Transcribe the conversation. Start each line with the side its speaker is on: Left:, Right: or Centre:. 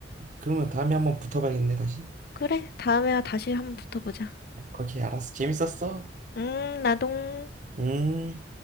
Right: 그러면 다음에 한번 붙어봐야겠네, 다시.
Left: 그래. 다음에 다시 한번 붙어보자.
Right: 그렇게 알았어. 재밌었어?
Left: 음, 나동.
Right: 음.